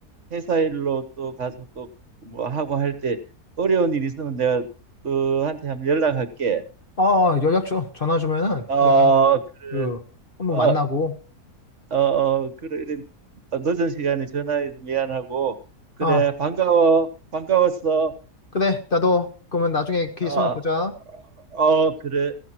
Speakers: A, on the right; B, on the left.
A: 회사 일로 또 가서 또 뭐 하고 할 때 어려운 일 있으면 내가 너한테 한번 연락할게.
B: 어, 연락 줘. 전화 주면은
A: 어,
B: 내가
A: 그래.
B: 그 한번
A: 어,
B: 만나고.
A: 어, 어, 그래, 이런 어, 늦은 시간에 전화해서 미안하고, 그래,
B: 어,
A: 반가워, 반가웠어.
B: 그래. 나도 그러면 나중에 기회
A: 어,
B: 있으면 보자.
A: 어, 그래.